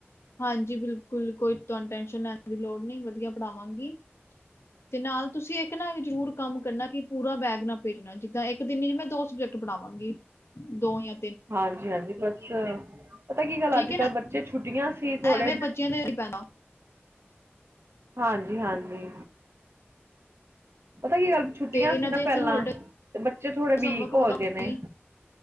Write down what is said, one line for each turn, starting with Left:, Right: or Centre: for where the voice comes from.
Left: ਹਾਂਜੀ ਬਿਲਕੁਲ ਕੋਈ ਤੁਆਨੂੰ ਟੈਨਸ਼ਨ ਲੈਨ ਦੀ ਲੋੜ ਨਈ ਵਦੀਆ ਪਢਾਵਾਂਗੀ, ਤੇ ਨਾਲ ਤੂਸੀ ਏਕ ਨਾ ਏਵੀ ਜਰੂਰ ਕੰਮ ਕਰਨਾ ਕਿ ਪੂਰਾ ਬੈਗ ਨਾ ਭੇਜਨਾ ਜਿੱਦਾਂ ਇਕ ਦਿਨ ਇਚ ਮੈਂ ਦੋ ਸਬਜੈਕਟ ਪਢਾਵਾਂਗੀ, ਦੋ ਯਾ
Right: ਹਾਂਜੀ, ਹਾਂਜੀ ਬਸ, ਪਤਾ ਕੀ ਗਲ
Left: ਠੀਕ
Right: ਅਜ
Left: ਹੈ
Right: ਕਲ
Left: ਨਾ,
Right: ਬੱਚੇ ਛੁੱਟੀਆਂ ਸੀ ਥੋੜੇ
Left: ਐਵੇਂ ਬੱਚੇਆਂ ਤੇ ਨੀ ਪੈਨਾ
Right: ਹਾਂਜੀ, ਹਾਂਜੀ ਪਤਾ ਕੀ ਗਲ ਛੁੱਟੀਆਂ
Left: ਤੇ ਇਹਨਾਂ
Right: ਸੀ ਨਾ
Left: ਦੇ
Right: ਪੈਲਾਂ,
Left: ਫਿਰ ਹੋਲੀਡੇਜ਼
Right: ਤੇ ਬੱਚੇ ਥੋੜੇ
Left: ਹੋਮਵਰਕ
Right: ਵੀਕ ਹੋਗੇ
Left: ਵਗੈਰਾ
Right: ਨੇ
Left: ਜੀ